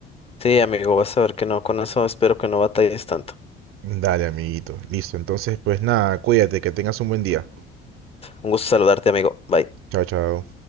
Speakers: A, on the left; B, on the right.
A: Sí, amigo, vas a ver que no, con eso espero que no batalles tanto.
B: Dale, amiguito, listo. Entonces, pues nada, cuídate, que tengas un buen día.
A: Un gusto saludarte, amigo. Bye.
B: Chao, chao.